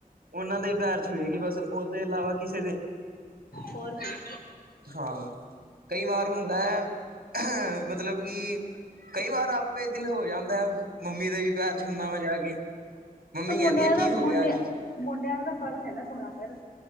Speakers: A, on the right; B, on the left.
A: ਉਹਨਾਂ ਦੇ ਪੈਰ ਛੂਏ ਗਈ ਬਸ ਉਹਦੇ ਇਲਾਵਾ ਕਿਸ
B: ਹੋਰ ਕੀ
A: ਹਾਂ ਕਈ ਵਾਰ ਹੁੰਦਾ ਹੈ ਮਤਲਬ ਕਿ ਕਈ ਵਾਰ ਆਪੇ ਦਿਲ ਹੋ ਜਾਂਦਾ ਹੈ ਮੰਮੀ ਦੇ ਵੀ ਪਿਆਰ ਸੁਦਾ ਮੈਂ ਜਾ ਕੇ ਮੰਮੀ
B: ਮੁੰਡਿਆਂ
A: ਕਹਿੰਦੀ ਆ ਕੀ
B: ਦਾ
A: ਹੋ
B: ਮੁੰਡੇ
A: ਗਿਆ ਅੱਜ
B: ਮੁੰਡਿਆਂ ਦਾ ਫਰਜ਼ ਹੈ ਨਾ ਸੋਣਾ ਫਿਰ